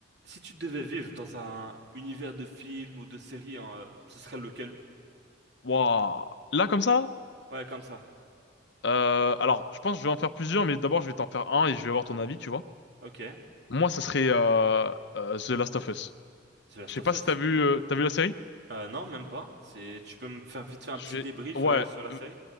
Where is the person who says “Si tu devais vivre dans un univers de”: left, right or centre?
Right